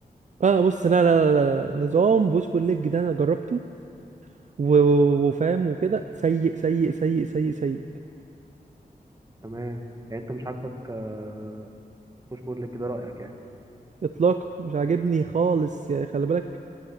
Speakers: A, on the right; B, on the right.
A: اه بص لا لا لا, لا. نظام بوش بول ليج ده انا جربته و... و- وفاهم وكده سيء سيء سيء سيء سيء
B: تمام يعني أنت مش عاجبك آه، بوش بول ليج ده رأيك يعني
A: اطلاق مش عاجبني خالص يعني خلي بالك